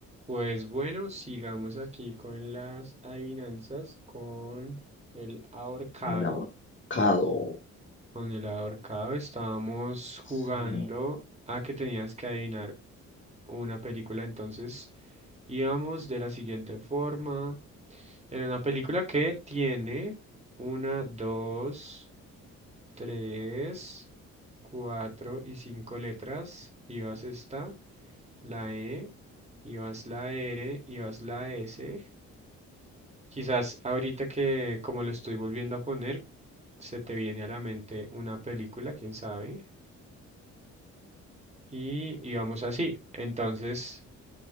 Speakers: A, on the right; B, on the left.
A: Pues bueno, sigamos aquí con las adivinanzas, con el ahorcado.
B: El ahorcado.
A: Con el ahorcado estábamos
B: Sí.
A: jugando a que tenías que adivinar una película, entonces íbamos de la siguiente forma. Era una película que tiene una, dos, tres, cuatro y cinco letras. Ibas esta, la E, ibas la R, ibas la S. Quizás ahorita que como lo estoy volviendo a poner, se te viene a la mente una película, quién sabe, y, y vamos así. Entonces,